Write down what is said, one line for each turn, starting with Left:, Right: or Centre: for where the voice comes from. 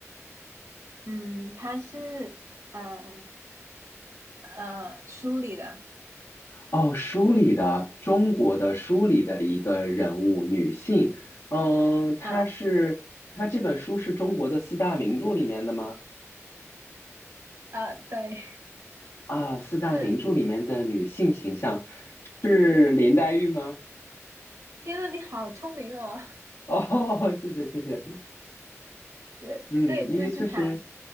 Right: 嗯，她是呃呃书里的，
Left: 哦，书里的中国的书里的一个人物，女性。嗯，她是她这本书是中国的四大名著里面的吗？
Right: 啊啊，呃对，
Left: 啊，四大名著里面的女性形象
Right: 是，
Left: 是林黛玉吗？
Right: 天呐，你好聪明哦，
Left: 哦，<laughs> 谢谢谢谢。
Right: <laughs> 对对，
Left: 嗯，因为确实，
Right: 就是她，